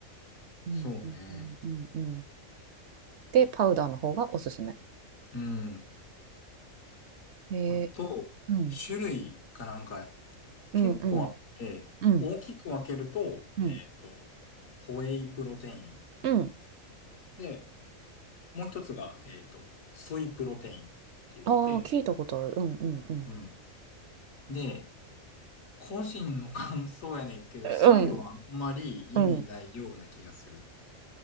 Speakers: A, on the right; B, on the left.
A: うんうんうんうんうん
B: そうね。
A: で、パウダーの方がおすすめ。
B: うん。
A: ええ、
B: あと、
A: うん。
B: 種類がなんか結構あって、
A: うんうんうん
B: 大きく分けると、
A: うん
B: えっと、ホエイプロテイン。
A: うん。
B: で、もう一つが、えっと、ソイプロテインって言って、
A: ああー、聞いたことある。うんうんうん。
B: うん。で、個人の感想やねんけど、ソイはあんまり意味ないような気がする。
A: うん。うん。